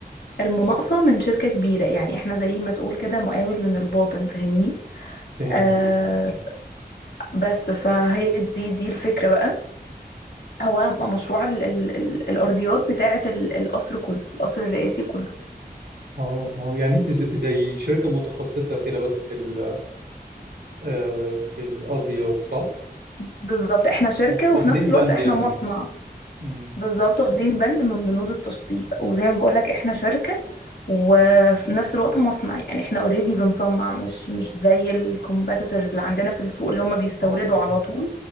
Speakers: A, on the left; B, on the right.
A: المناقصة من شركة كبيرة يعني احنا زي ما تقول كده مقاول من الباطن فاهمني
B: فهمتك
A: آه
B: اه
A: بس فهي دي دي الفكرة بقى هو مشروع ال ال ال الأرضيات بتاعة ال- القصر كله القصر الرئاسي كله
B: اه اه يعني انت ز- زي شركه متخصصه كده بس في ال أه في الارضيات صح
A: بالظبط احنا شركة
B: و- واخدين
A: وفي نفس الوقت
B: بند
A: احنا
B: يعني
A: مصنع
B: مم.
A: بالظبط واخدين بند من بنود التشطيب وزي ما بقولك احنا شركة وفي نفس الوقت مصنع يعني احنا اوريدي بنصنع مش مش زي الكومبيتيتورز اللي عندنا في السوق اللي هم بيستوردوا
B: اه اه
A: على طول